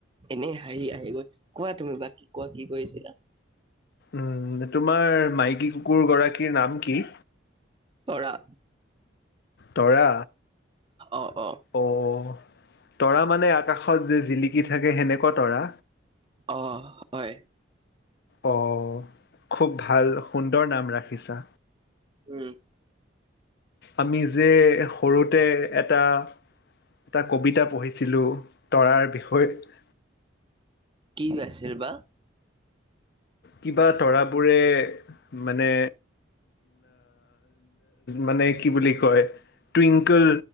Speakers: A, on the right; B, on the left.
A: এনেই হাঁহি আহি গ'ল কোৱা তুমি বাকী কোৱা কি কয় আছিলা।
B: উম, তোমাৰ মাইকী কুকুৰ গৰাকীৰ নাম কি?
A: তৰা।
B: তৰা
A: অ অ
B: অ' তৰা মানে আকাশত যে জিলি কি থাকে সেনেকুৱা তৰা?
A: অহ হয়।
B: অ' খুব ভাল সুন্দৰ নাম ৰাখিছা।
A: উম
B: আমি যে সৰুতে এটা এটা কবিতা পঢ়িছিলোঁ তৰাৰ বিষয়ে।
A: কি আছিল বা।
B: কিবা তৰাবোৰে মানে মানে কি বুলি কয় টুইংকল